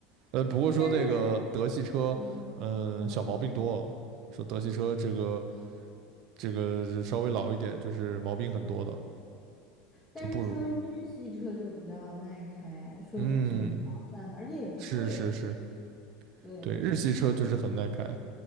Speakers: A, on the right (about 60°); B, on the left (about 15°).
A: 呃，不过说那个德系车，
B: 但是 <laughs>，嗯嗯，
A: 嗯、小毛病多哦。说德系车这个这个是稍微老一点，就是毛病很多的，
B: 但是说日系车就比较耐开，
A: 就不如。
B: 说挺划算的，
A: 嗯，
B: 而且也不贵。
A: 是是是，
B: 对，
A: 对，日系车就是很耐开，